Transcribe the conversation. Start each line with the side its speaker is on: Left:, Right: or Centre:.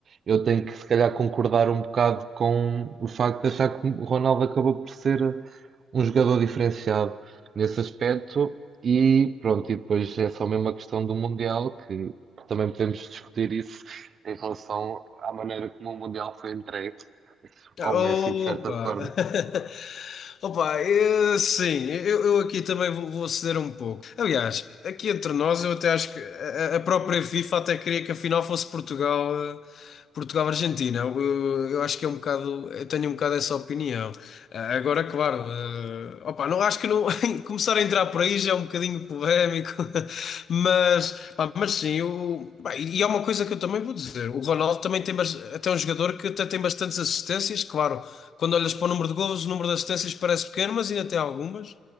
Right: eu tenho que, se calhar, concordar um bocado com o facto de achar que o Ronaldo acabou por ser um jogador diferenciado nesse aspecto. E pronto, e depois é só mesmo a questão do Mundial, que que também podemos discutir isso em relação à maneira como o Mundial foi entregue ao
Left: Opa!
Right: Messi, de certa forma.
Left: <laughs> Opa, eu, sim, eu, eu aqui também vou, vou ceder um pouco. Aliás, aqui entre nós, eu até acho que a, a própria FIFA até queria que a final fosse Portugal, eh, Portugal-Argentina. Eu, eu acho que é um bocado, eu tenho um bocado essa opinião. Ah, agora, claro, eh, opa, não acho que não <laughs> começar a entrar por aí já é um bocadinho polémico, <laughs> mas, pá, mas sim, eu, pá, e e é uma coisa que eu também vou dizer. O Ronaldo também tem bas- até um jogador que até tem bastantes assistências, claro. Quando olhas para o número de golos, o número de assistências parece pequeno, mas ainda tem algumas.